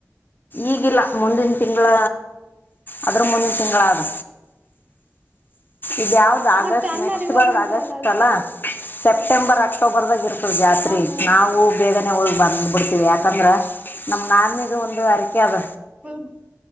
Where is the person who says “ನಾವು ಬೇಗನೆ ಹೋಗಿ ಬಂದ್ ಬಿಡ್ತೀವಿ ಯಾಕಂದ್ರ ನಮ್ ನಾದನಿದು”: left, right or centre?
Left